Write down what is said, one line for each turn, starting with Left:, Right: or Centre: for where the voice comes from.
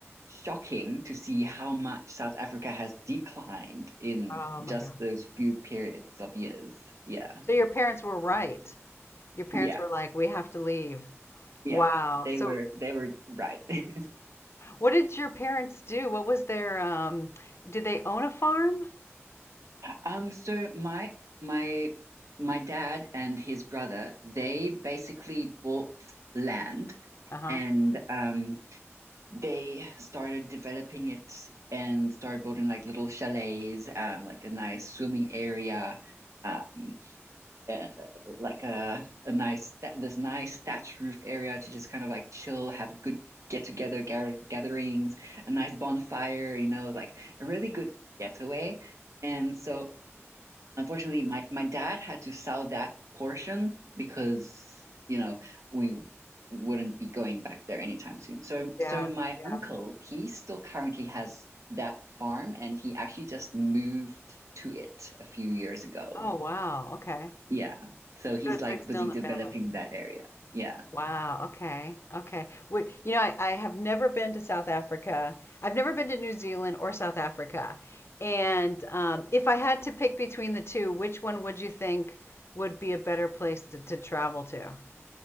Right: shocking to see how much South Africa has declined in
Left: Oh my
Right: just
Left: God.
Right: those few periods of years yeah
Left: So your parents were right. Your parents
Right: yeah,
Left: were like, "We have to leave."
Right: yeah.
Left: Wow.
Right: They
Left: So
Right: were they were right. <laughs>
Left: what did your parents do? What was their um did they own a farm?
Right: Um, so my my my dad and his brother, they basically bought land
Left: Uh-huh.
Right: and um they started developing it and started building like little chalets, um, like a nice swimming area. Um, uh, like a a nice this nice thatched roof area to just kind of like chill, have good get together gather, gatherings, a nice bonfire, you know, like a really good getaway. And so, unfortunately, my my dad had to sell that portion because you know we wouldn't be going back there anytime soon. So
Left: Yeah.
Right: so my
Left: Yeah.
Right: uncle, he still currently has that farm and he actually just moved to it a few years ago.
Left: Oh wow. Okay.
Right: Yeah. So he's
Left: So it's
Right: like
Left: like still
Right: busy
Left: in the
Right: developing
Left: family.
Right: that area. Yeah.
Left: Wow, okay, okay. Would you know, I, I have never been to South Africa. I've never been to New Zealand or South Africa. And um, if I had to pick between the two, which one would you think would be a better place to, to travel to?